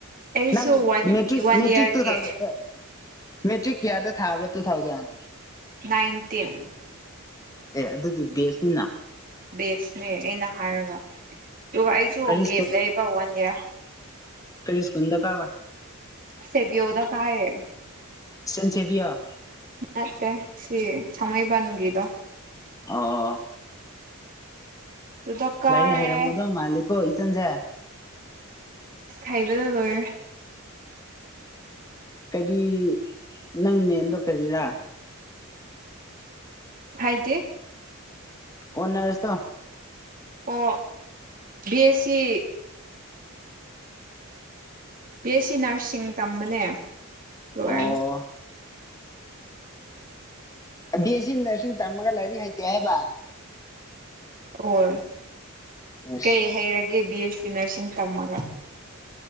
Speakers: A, on the right (about 40°); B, on the left (about 15°).
A: ꯑꯩꯁꯨ
B: ꯅꯪ
A: one
B: metric
A: one
B: metric
A: ꯏꯌꯥꯔꯒꯤ
B: two ꯊꯥꯎꯖꯟ ꯃꯦꯇ꯭ꯔꯤꯛ ꯀꯌꯥꯗ ꯊꯥꯕꯔ ꯇꯨ ꯊꯥꯎꯖꯟ
A: ꯅꯥꯏꯟꯇꯤꯟ
B: ꯑꯦ ꯑꯗꯨꯗꯤ ꯕꯦꯁꯅꯤꯅ
A: ꯕꯦꯁꯅꯦ ꯑꯩꯅ ꯍꯥꯏꯔꯒ ꯑꯗꯨꯒ ꯑꯩꯁꯨ
B: ꯀꯔꯤ
A: ꯒꯦꯞ ꯂꯩꯌꯦꯕ ꯋꯥꯟ ꯏꯌꯥꯔ꯫
B: ꯀꯩꯁꯀꯣꯟꯗ ꯀꯥꯕ꯫
A: ꯁꯦꯕꯤꯌꯣꯗ ꯀꯑꯌꯦ
B: ꯁꯦꯟ ꯁꯦꯕꯤꯌꯣ
A: ꯃꯠꯇꯦ ꯁꯤ ꯊꯃꯥꯏ ꯕꯟꯒꯤꯗꯣ꯫
B: ꯑꯣ
A: ꯑꯗꯨꯗ ꯀꯥꯔꯦ
B: ꯂꯥꯏꯔꯤꯛ ꯍꯩꯔꯝꯒꯗꯧ ꯃꯥꯜꯂꯦꯀꯣ ꯏꯆꯟꯁꯦ꯫
A: ꯍꯩꯏꯕꯗ ꯂꯣꯏꯔꯦ꯫
B: ꯀꯔꯤ ꯅꯪ ꯃꯦꯟꯗꯣ ꯀꯔꯤꯔꯥ꯫
A: ꯍꯥꯏꯗꯤ꯫
B: ꯀꯣꯟ ꯅꯁ ꯇꯣ
A: ꯑꯣ B S C__ B S C nursing ꯇꯝꯕꯅꯦ ꯂꯣꯏꯔꯦ
B: ꯑꯣ
A: ꯫
B: ꯕꯤ ꯑꯦꯁ ꯁꯤ ꯅꯔꯁꯤꯡ ꯇꯝꯃꯒ ꯂꯥꯏꯔꯤꯛ ꯍꯩꯇꯦ ꯍꯥꯏꯕ꯫
A: ꯑꯣ
B: ꯑꯁ
A: ꯀꯩ ꯍꯩꯔꯒꯦ ꯕꯤ ꯑꯦꯁ ꯁꯤ ꯅꯔꯁꯤꯡ ꯇꯝꯃꯒ